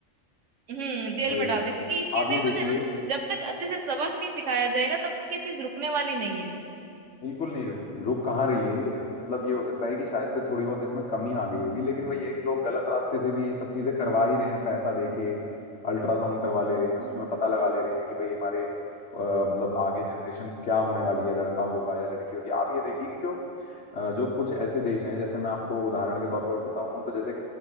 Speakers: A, on the right; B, on the left.
A: हम्म जेल
B: भाई
A: में डाल दे क्योंकि ये चीजें
B: आप ये
A: ही पता
B: देखिए
A: है ना जब तक अच्छे से सबक नहीं सिखाया जाएगा तब तक ये चीज रुकने वाली नहीं है
B: बिल्कुल नहीं रुक रुक कहाँ रही है ये मतलब ये हो सकता है कि शायद से थोड़ी बहुत इसमें कमी आ गई होगी लेकिन वही है कि लोग गलत रास्ते से भी ये सब चीजें करवा ही रहे हैं पैसा दे के अल्ट्रासाउंड करवा ले रहे हैं उसमें
A: हम्म
B: पता लगा ले रहे हैं कि भाई हमारे अ, मतलब आगे जनरेशन क्या होने वाली है लड़का होगा या लड़की होगी आप ये देखिए कि जो अ, जो कुछ ऐसे देश हैं जैसे मैं आपको उदाहरण के तौर पर बताऊं तो जैसे अ,